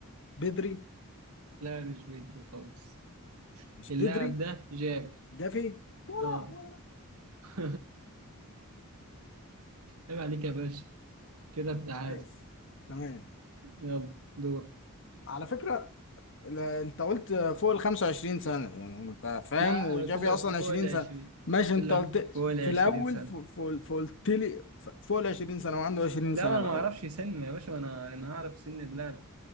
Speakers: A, on the left; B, on the right.
A: بدري
B: لا مش بدري خالص
A: مش
B: اللاعب
A: بدري
B: ده جاب
A: جافي ولا
B: اه <laughs> عيب عليك يا باشا كده بتاعت
A: ماشي تمام
B: يلا دور
A: على فكرة ال- انت قلت فوق ال 25 سنة يعني انت فاهم
B: لا
A: وجافي
B: انا قلت لك
A: اصلا
B: فوق
A: 20
B: ال 20
A: سنة ماشي انت
B: قلت لك
A: قلت
B: فوق ال
A: في
B: 20
A: الاول
B: سنة
A: فوق فوق- فوق- قلت لي ف- فوق ال 20 سنة وعنده 20
B: لا
A: سنة
B: ما انا
A: بقى
B: ما اعرفش سن يا باشا انا انا هعرف سن اللاعب